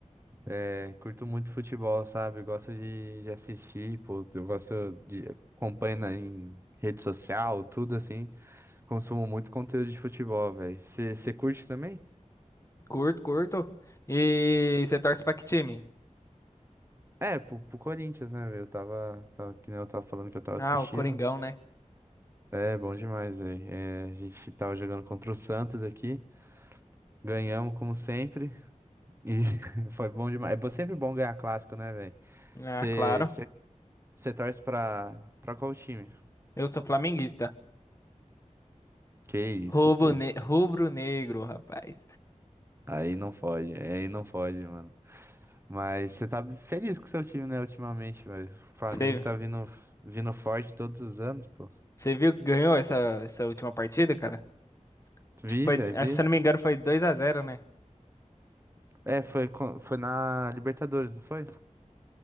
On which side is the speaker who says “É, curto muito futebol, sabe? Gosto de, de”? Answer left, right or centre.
Right